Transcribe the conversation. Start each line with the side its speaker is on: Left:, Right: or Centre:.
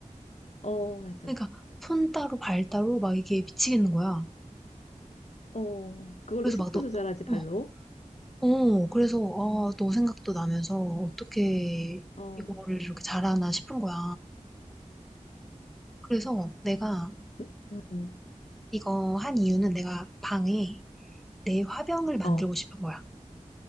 Left: 어, 맞아.
Centre: 그러니까 손 따로 발 따로 막 이게 미치겠는 거야.
Left: 어, 그걸로
Centre: 그래서
Left: 속도
Centre: 막 너,
Left: 조절하지, 발로.
Centre: 어, 어, 그래서, 아, 너 생각도 나면서 어떻게
Left: 어,
Centre: 이거를 이렇게 잘하나 싶은 거야. 그래서 내가
Left: 그, 음,
Centre: 이거 한 이유는 내가 방에 내 화병을 만들고
Left: 어,
Centre: 싶은 거야.